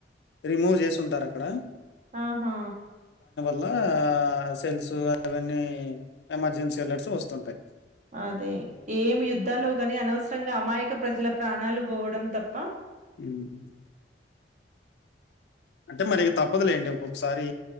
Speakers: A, on the left (about 65°); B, on the right (about 45°).
A: రిమూవ్ చేసి ఉంటారక్కడ
B: ఆహా
A: అట్లా సెల్స్ అవన్నీ ఎమర్జెన్సీ అలట్స్ వస్తుంటై
B: అదే ఏమి యుద్ధాలో గాని అనవసరంగా అమాయక ప్రజల ప్రాణాలు పోవడం తప్
A: మ్మ్ అంటే మరి తప్పదులేండి ఒక్కొక్కసారి